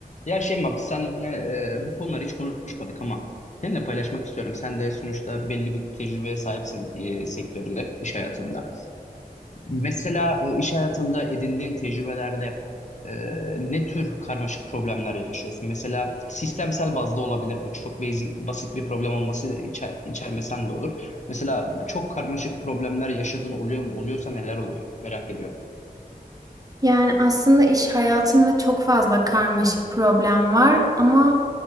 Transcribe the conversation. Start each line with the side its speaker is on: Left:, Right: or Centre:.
Left: Ya Şeyma biz seninle e, bu konuları hiç konuşmadık ama seninle paylaşmak istiyorum. Sen de sonuçta belli bir tecrübeye sahipsin e, sektörde, iş hayatında. Mesela e, iş hayatında edindiğin tecrübelerde e, ne tür karmaşık problemler yaşıyorsun? Mesela sistemsel bazda olabilir bu. Çok basic, basit bir problem olması içer, içermesen de olur. Mesela çok karmaşık problemler yaşadığın oluyor mu? Oluyorsa neler oluyor? Merak ediyorum.
Right: Yani aslında iş hayatında çok fazla karmaşık problem var ama